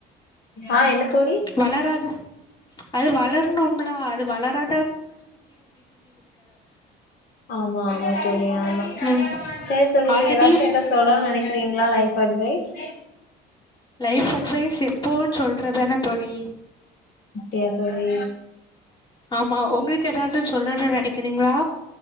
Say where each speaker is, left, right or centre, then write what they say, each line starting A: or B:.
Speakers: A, on the left; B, on the left.
A: ஆ என்ன தோழி
B: வளராத அது வளர்ணு ம்ல அது வளரா
A: ஆமா ஆமா தோழி ஆமா
B: ம்
A: சரி தோழி
B: ஆல்ரெடி
A: நீங்க எதாச்சு என்ட சொல்லனு நெனை ங்களா லைஃப் அட்வைஸ்
B: லைஃப் அட்வைஸ் எப்போன் சொல்றதானே தோழி
A: அப்டியா தோழி
B: ஆமா உங்களுக்கு ஏதாவது சொல்லணும்னு நெனைக்கிறீங்களா